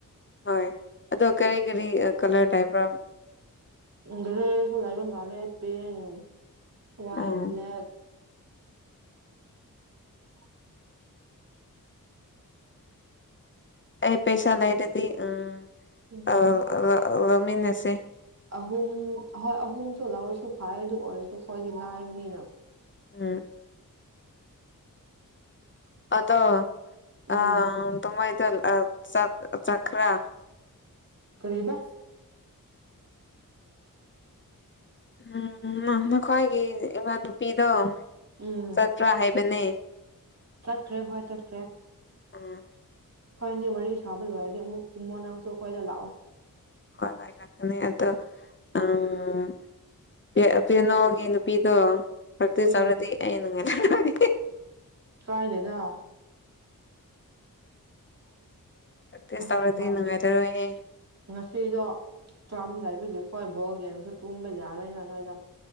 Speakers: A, on the left (about 35°); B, on the right (about 45°).
A: ꯍꯣꯏ ꯑꯗꯣ ꯀꯔꯤ ꯀꯔꯤ ꯑꯀꯂꯔ ꯂꯥꯏꯕ꯭ꯔꯝ
B: ꯎꯝ ꯒ꯭ꯔꯦꯁꯨ ꯂꯩꯕ ꯃꯥꯜꯂꯦ ꯄꯤꯡ ꯋꯥꯏꯠ
A: ꯎꯝ
B: ꯕ꯭ꯂꯦꯛ <inaudible>
A: ꯑꯩ ꯄꯩꯁꯥ ꯂꯩꯔꯗꯤ ꯎꯝ
B: ꯎꯝ
A: ꯑꯥ ꯂ ꯂ ꯂꯧꯃꯤꯟꯅꯁꯦ
B: ꯑꯍꯨꯝ ꯍꯣꯏ ꯑꯍꯨꯝꯁꯨ ꯂꯧꯔꯁꯨ ꯐꯥꯏ ꯑꯗꯨ ꯑꯣꯏꯔꯁꯨ ꯑꯈꯣꯏꯗꯤ ꯂꯥꯏꯕꯅꯤꯅ
A: ꯎꯝ <unintelligible>
B: ꯎꯝ ꯀꯔꯤꯕ
A: ꯎꯝ ꯅꯥ ꯅꯈꯣꯏꯒꯤ ꯏꯃꯥ ꯅꯨꯨꯄꯤꯗꯣ
B: ꯎꯝ
A: ꯆꯠꯄ꯭ꯔꯥ ꯍꯥꯏꯕꯅꯦ
B: ꯆꯠꯈ꯭ꯔꯦ ꯍꯣꯏ ꯆꯠꯈ꯭ꯔꯦ
A: ꯑꯣ
B: ꯈꯣꯏꯅꯤ ꯋꯥꯔꯤ ꯁꯥꯕ ꯂꯣꯏꯔꯗꯤ ꯑꯃꯨꯛ ꯀꯨꯃꯣ ꯅꯪꯁꯨ ꯑꯩꯈꯣꯏꯗ ꯂꯥꯛꯑꯣ
A: ꯍꯣꯏ ꯍꯣꯏ ꯉꯛꯇꯅꯦ ꯑꯗꯣ ꯑꯝ ꯄꯦ ꯄꯦꯅꯥꯎꯒꯤ ꯅꯨꯄꯤꯗꯣ ꯄꯛꯇ꯭ꯔꯤꯁ
B: ꯎꯝ
A: ꯇꯧꯔꯗꯤ ꯑꯩ <unintelligible>
B: ꯀꯥꯏꯗꯅꯣ <unintelligible>
A: ꯄ꯭ꯔꯦꯛꯇꯤꯁ ꯇꯧꯔꯗꯤ ꯅꯨꯡꯉꯥꯏꯔꯔꯣꯏꯍꯦ
B: ꯉꯁꯤꯗꯣ ꯆꯥꯝ ꯂꯩꯕꯒꯤ ꯈꯣꯏ ꯕꯣꯜ ꯌꯦꯡꯉꯁꯨ ꯇꯨꯝꯕ ꯌꯥꯔꯣꯏꯅ ꯅꯣꯏꯗ